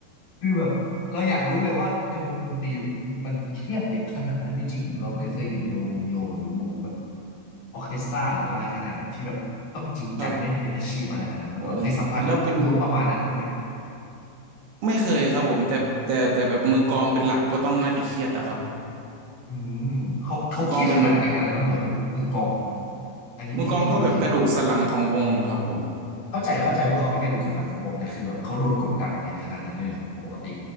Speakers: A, on the left; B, on the right.
A: คือแบบเราอยากรู้เลยว่าในวงดนตรีแบบมันมันเครียดอย่างขนาดนั้นจริงๆเหรอเราไม่เคยอยู่ในวงโยหรือวงแบบออร์เคสตราหรืออะไรขนาดนั้นที่แบบต้องจริงจังเล่นเป็นอาชีพอะไรขนาดนั้นมาก่อนเคยสัมผัสบูธประมาณนั้นบ้างไหม
B: <laughs> ครับโอ้แล้วเป็นไม่เคยครับผมแต่แต่แต่แบบมือกลองเป็นหลักก็ต้องน่าจะเครียดอะครับ
A: อืมเขาเขาเครียดขนาดกันขนาดนั้นเหรอเป็นมือกลอง
B: มือกลองเป็นแบบ
A: อันนี้พี่ไม่รู้จริง
B: มือกลองก็แบบกระดูกสันหลังของวงอะครับผม
A: ๆเข้าใจเข้าใจว่าเขาเป็นกระดูกสันหลังของวงแต่คือแบบเขาโดนกดดันกันขนาดนั้นเลยเหรอปกติ
B: แบบ